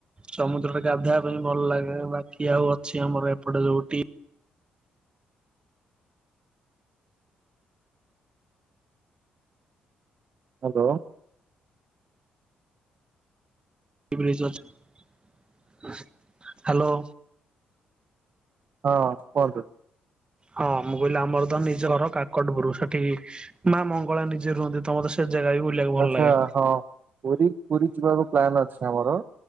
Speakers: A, on the right; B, on the right.
A: ସମୁଦ୍ରରେ ଗାଧେଇବା ପାଇଁ ଭଲ ଲାଗେ ବାକି ଆଉ ଅଛି ଆମର ଏପଟେ ଯୋଉ ଟି।
B: ହାଲୋ।
A: Recharge hello.
B: ହଁ କୁହନ୍ତୁ।
A: ହଁ ମୁଁ କହିଲି ଆମର ତ ନିଜ ଘର କାକଟପୁରୁ ସେଠି କି ମା ମଙ୍ଗଳା ନିଜେ ରୁହନ୍ତି ତମ ତ ସେ ଜାଗା ବି ବୁଲିବାକୁ ଭଲ
B: ଆଚ୍ଛା
A: ଲାଗେ।
B: ହଁ ପୁରୀ ପୁରୀ ଯିବାକୁ ପ୍ଲାନ୍ ଅଛି ଆମର।